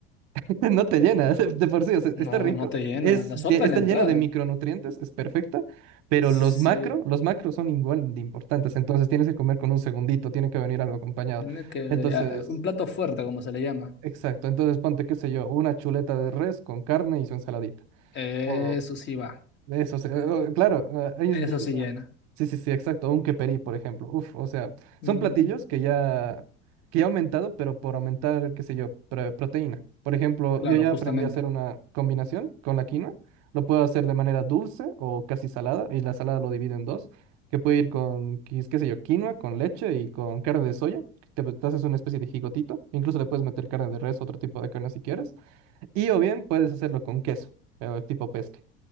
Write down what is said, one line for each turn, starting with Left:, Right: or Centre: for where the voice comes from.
Right: <laughs> no te llena, <laughs> de, de por sí, o sea,
Left: no,
Right: está rico,
Left: no te llena.
Right: es
Left: La sopa
Right: de-
Left: es
Right: está
Left: la entrada.
Right: lleno de micronutrientes, es perfecta, pero
Left: Sí,
Right: los macro, los macros son igual de importantes, entonces tienes que comer con un segundito, tiene que venir algo acompañado.
Left: tiene que,
Right: Entonces,
Left: ah, un plato fuerte, como se le llama.
Right: Exacto, entonces ponte, qué sé yo, una chuleta de res con carne y su ensaladita.
Left: Eso
Right: O
Left: sí va,
Right: eso, se- o- claro, eh, ahí
Left: eso
Right: es bien.
Left: sí llena.
Right: Sí, sí, sí, exacto. Un queperi, por ejemplo. Uf, o sea,
Left: Mm,
Right: son platillos que ya, que ya ha aumentado, pero por aumentar, qué sé yo, pro- proteína. Por ejemplo,
Left: claro,
Right: yo ya
Left: justamente.
Right: aprendí a hacer una combinación con la quinoa. Lo puedo hacer de manera dulce o casi salada, y la salada lo divido en dos, que puede ir con, quis- qué sé yo, quinoa, con leche y con carne de soya. Te, te haces una especie de gigotito. Incluso le puedes meter carne de res, otro tipo de carne si quieres. Y o bien puedes hacerlo con queso, eh, tipo pesca.